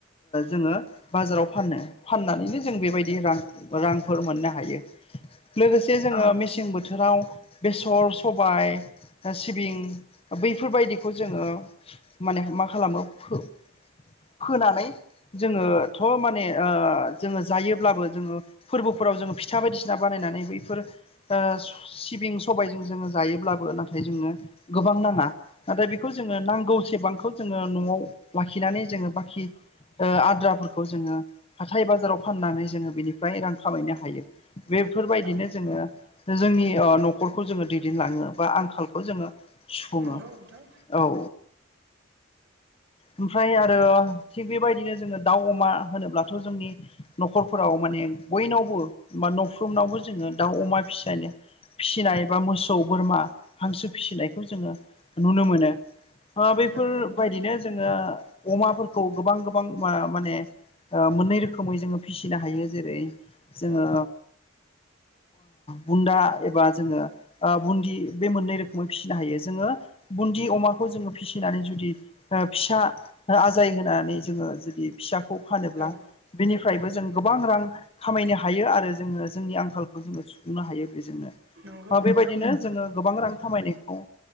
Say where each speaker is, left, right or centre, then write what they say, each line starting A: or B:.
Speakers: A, on the left (about 30°); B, on the right (about 60°).
A: जोङो बाजाराव फानो फाननानैनो जों बेबायदि रां रांफोर मोननो हायो। लोगोसे जोङो मेसें बोथोराव बेसर सबाय सिबिं बैफोरबायदिखौ जोङो माने मा खालामो फोनानै जोङो थ' माने जोङो जायोब्लाबो जोङो फोरबोफोराव जोङो फिथा बायदिसिना बानायनानै बैफोर सिबिं सबायजों जोङो जायोब्लाबो नाथाय जोंङो गोबां नाङा नाथाय बेखौ जोङो नांग गौ सेबांखौ जोङो न'आव लाखिनानै जोङो बाखि आद्राफोरखौ जोङो हाथाय बाजाराव फाननानै जोङो बिनिफ्राय रां खामायनो हायो। बेफोरबायदिनो
B: औ
A: जोङो जोंनि न'खर न'खरखौ जोङो दैदेनलाङो बा आंखालखौ जोङो सुफुङो
B: नंगौ
A: औ
B: नोंथां
A: ओमफ्राय आरो थिग बेबायदिनो जोङो दाउ अमा होनोब्लाथ' जोंनि न'खरफोराव माने बयनावबो बा न'फ्रुमनावबो जोङो दाउ अमा फिसनो फिसिनाय बा मोसौ बोरमा हांसो फिसिनायखौ जोङो नुनो मोनो बेफोरबायदिनो
B: नंगौ नोंथां
A: जोङो अमाफोरखौ गोबां गोबां माने मोननै रोखोमै जोङो फिसिनो हायो जेरै जोङो
B: औ
A: बुन्दा एबा जोङो बुन्दि बे मोननै रोखोमै फिसिनो हायो जोङो बुन्दि अमाखौ जो फिसिनानै जुदि फिसा आजाय होनानै जोङो जुदि फिसाखौ फानोब्ला
B: औ
A: बिनिफ्रायबो जों गोबां रां खामायनो हायो आरो जोङो जोंनि आंखालखौ जोङो सुफुंनो हायो बेजोंनो
B: नंगौ नोंथां
A: बेबायदिनो जोङो गोबां
B: औ
A: रां खामायनायखौ